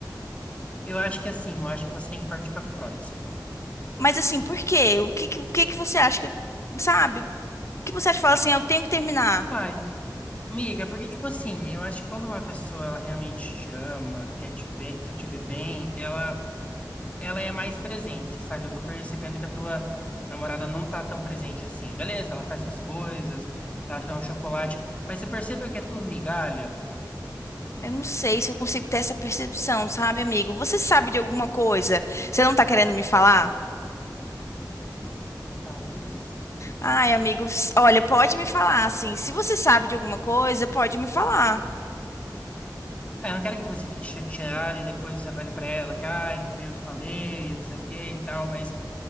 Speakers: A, on the left (about 20°); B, on the left (about 40°).
A: Eu acho que assim, eu acho que você tem que partir para a próxima.
B: Mas, assim, por quê? O que que, o que que você acha que, eu- sabe? O que você acha que fala assim, "Ah, eu tenho que terminar?
A: Ai, amiga, porque tipo assim, eu acho que quando uma pessoa ela realmente te ama, quer te, be- quer te ver bem, ela ela é mais presente, sabe? Eu tô percebendo que a tua namorada não tá tão presente assim. Beleza, ela faz suas coisas, ela te dá um chocolate, mas você percebeu que é tudo migalha?
B: Eu não sei se eu consigo ter essa percepção, sabe, amigo? Você sabe de alguma coisa? Você não tá querendo me falar?
A: Talvez.
B: Ai, amigo, s- olha, pode me falar, assim. Se você sabe de alguma coisa, pode me falar.
A: É, eu não quero que você fique chateado e depois você fale pra ela que, ai, que fui eu que falei, não sei o que e tal, mas